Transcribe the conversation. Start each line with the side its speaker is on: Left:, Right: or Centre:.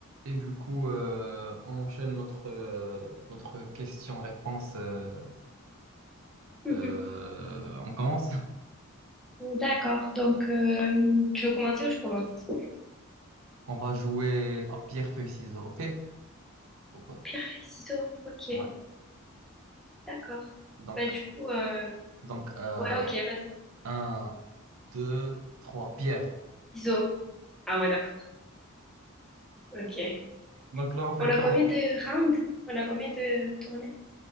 Right: Et du coup, euh, on enchaîne notre, euh, notre question-réponse. euh,
Centre: Mhm.
Right: euh, on commence.
Centre: D'accord. Donc, euh, tu veux commencer ou je commence?
Right: On va jouer à pierre, feuille, ciseaux, OK? Pour, euh,
Centre: Pierre Iso. Ok.
Right: ouais.
Centre: D'accord.
Right: Donc,
Centre: Bah, du coup, euh,
Right: donc euh,
Centre: ouais, ok, vas-y.
Right: 1, 2, 3, pierre.
Centre: Iso. Ah, ouais, d'accord. Ok.
Right: Donc là, on fait
Centre: On a
Right: quand?
Centre: combien de rounds? On a combien de tournées?